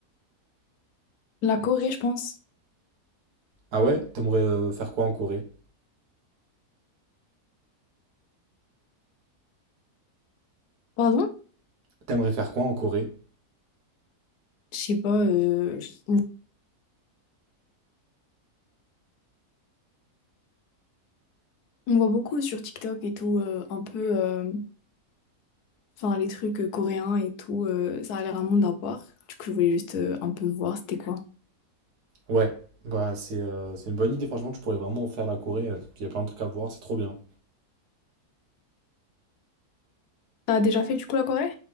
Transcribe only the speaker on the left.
La Corée, je pense.
Pardon?
Je sais pas, euh, j- on voit beaucoup sur TikTok et tout, euh, un peu, euh, enfin les trucs euh, coréens et tout, euh, ça a l'air un monde à part. Du coup, je voulais juste euh, un peu voir c'était quoi.
T'as déjà fait du coup la Corée?